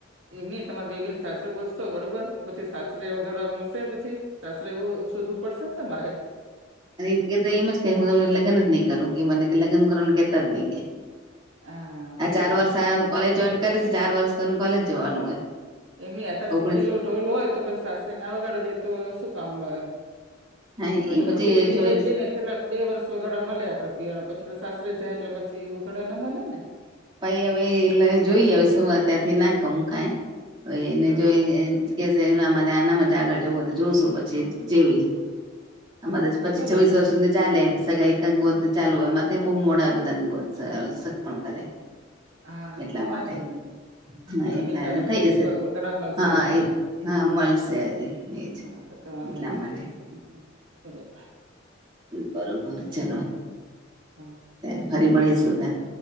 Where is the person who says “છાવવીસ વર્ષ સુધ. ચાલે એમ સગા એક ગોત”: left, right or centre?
Right